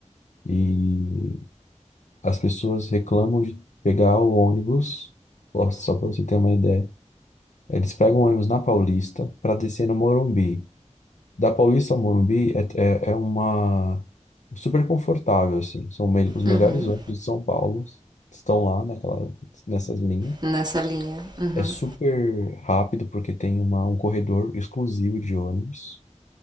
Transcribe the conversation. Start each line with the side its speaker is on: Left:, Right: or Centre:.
Left: E As pessoas reclamam de pegar o ônibus, ó, só para você ter uma ideia. Eles pegam o ônibus na Paulista para descer no Morumbi. Da Paulista ao Morumbi é, é, é uma super confortável assim. São me- os melhores
Right: Uhum.
Left: ônibus de São Paulo estão lá naquela, nessas linhas.
Right: Nessa linha. Uhum.
Left: É super rápido porque tem uma, um corredor exclusivo de ônibus.